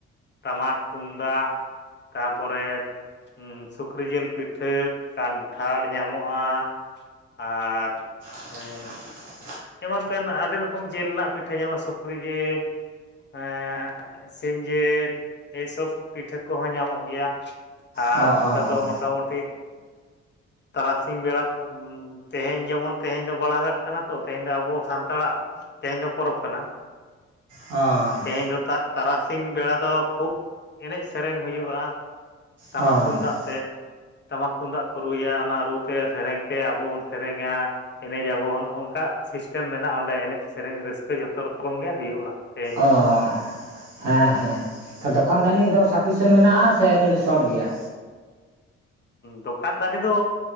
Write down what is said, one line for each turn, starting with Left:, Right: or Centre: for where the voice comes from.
Left: ᱴᱟᱢᱟᱠ ᱛᱩᱢᱫᱟᱜ ᱛᱟᱯᱚᱨᱮ, ᱦᱚᱹ ᱥᱩᱠᱨᱤ ᱡᱤᱞ ᱯᱤᱴᱷᱟᱹ ᱠᱟᱱᱴᱷᱟᱲ ᱧᱟᱢᱚᱜᱼᱟ ᱟᱨ
Right: <inaudible>
Left: ᱩᱸ, ᱮᱢᱟᱱ ᱛᱮᱱᱟᱜ ᱟᱹᱰᱤ ᱨᱚᱠᱚᱢ ᱡᱮᱞ ᱨᱮᱱᱟᱜ ᱯᱤᱴᱷᱟᱹ ᱧᱟᱢᱟ ᱥᱩᱠᱨᱤ ᱡᱮᱞ ᱮᱸᱜ ᱥᱤᱢ ᱡᱮᱞ ᱮᱭ ᱥᱚᱵ ᱯᱤᱴᱷᱟᱹ ᱠᱚᱦᱚᱸ ᱧᱟᱢᱚᱜ ᱜᱮᱭᱟ, ᱟᱨ
Right: ᱚ ᱚ
Left: ᱚᱸᱰᱮ ᱫᱚ
Right: ᱚ
Left: ᱢᱚᱴᱟ ᱢᱩᱴᱤ, ᱛᱟᱨᱟᱥᱤᱧ ᱵᱮᱲᱟ ᱛᱮᱦᱮᱧ ᱡᱮᱢᱚᱱ, ᱛᱮᱦᱮᱧ ᱫᱚ ᱵᱟᱲᱟᱜᱷᱟᱴ ᱠᱟᱱᱟ ᱛᱚ, ᱛᱮᱦᱮᱧ ᱫᱚ ᱟᱵᱚ ᱥᱟᱱᱛᱟᱲᱟᱜ ᱛᱮᱦᱮᱧ ᱫᱚ ᱯᱚᱨᱚᱵᱽ ᱠᱟᱱᱟ,
Right: ᱚᱸᱻ
Left: ᱛᱮᱦᱮᱧ ᱫᱚ ᱛᱟᱨᱟ ᱛᱟᱨᱟᱥᱤᱧ ᱵᱮᱲᱟ ᱫᱚ ᱠᱷᱩᱵ ᱮᱱᱮᱡ ᱥᱮᱨᱮᱧ ᱦᱩᱭᱩᱜᱼᱟ ᱾ ᱴᱟᱢᱟᱠ
Right: ᱚ
Left: ᱛᱩᱢᱫᱟᱜ ᱛᱮ ᱴᱟᱢᱟᱠ ᱛᱩᱢᱫᱟᱜ ᱠᱚ ᱨᱩᱭᱟ ᱚᱱᱟ ᱨᱩ ᱛᱮ ᱥᱮᱨᱮᱧ ᱛᱮ ᱟᱵᱚ ᱵᱚᱱ ᱥᱮᱨᱮᱧᱟ ᱾ ᱮᱱᱮᱡᱟᱵᱚᱱ ᱚᱱᱠᱟ ᱥᱤᱥᱴᱮᱢ ᱢᱮᱱᱟᱜᱼᱟ, ᱚᱸᱰᱮ ᱮᱱᱮᱡ ᱥᱮᱨᱮᱧ ᱨᱟᱹᱥᱠᱟᱹ ᱡᱚᱛᱚ ᱨᱚᱠᱚᱢ ᱜᱮ ᱦᱩᱭᱩᱜᱼᱟ, ᱛᱮᱦᱮᱧ
Right: ᱚ
Left: ᱫᱚ,
Right: ᱦᱮᱸ ᱦᱮᱸ᱾ ᱫᱚᱠᱟᱱ ᱫᱟᱹᱱᱤ ᱫᱚ ᱥᱟᱯᱷᱤᱥᱮᱱ ᱢᱮᱱᱟᱜᱼᱟ ᱥᱮ ᱠᱟᱹᱴᱤᱡ ᱥᱚᱴ ᱜᱮᱭᱟ?
Left: ᱫᱚᱠᱟᱱ ᱫᱟᱱᱤ ᱫᱚ